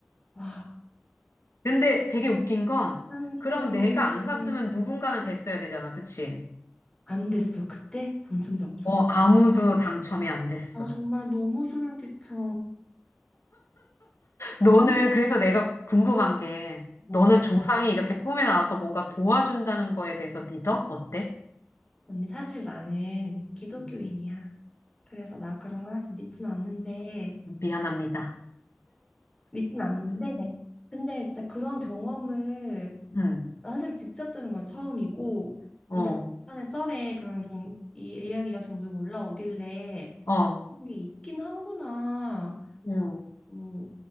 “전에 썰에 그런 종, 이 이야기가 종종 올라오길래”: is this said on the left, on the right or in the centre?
Left